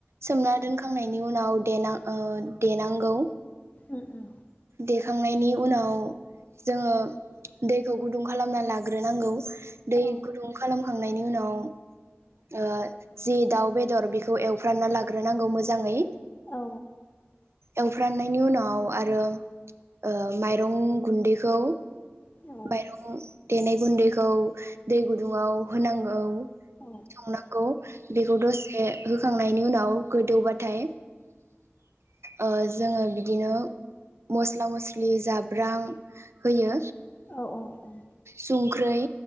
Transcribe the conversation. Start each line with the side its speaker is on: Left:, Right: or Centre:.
Right: सोमना दोनखांनायनि उनाव देना ओन देनांगौ
Left: उम उम।
Right: देखांनायनि उनाव जोंङो दैखौ गुदुं खालामना लाग्रोनांगौ। दै
Left: औ
Right: गुदुं खालाम खां खांनायनि उनाव ओ जि दाउ बेदर बेखौ एवफ्रानना लाग्रोनांगौ मोजांङै।
Left: औ
Right: एवफ्रांनायनि उनाव आरो ओ माइरं गुन्दैखौ
Left: औ
Right: मायरं आव देनाय गुन्दैखौ दै गुदुंङाव होनांगौ।
Left: औ
Right: संनांगौ बेखौ दसे होखां नायनि उनाव गोदौबाथाय ओ जोंङो बिदिनो मस्ला मस्लि जाब्रां होयो।
Left: औ औ
Right: सुंख्रै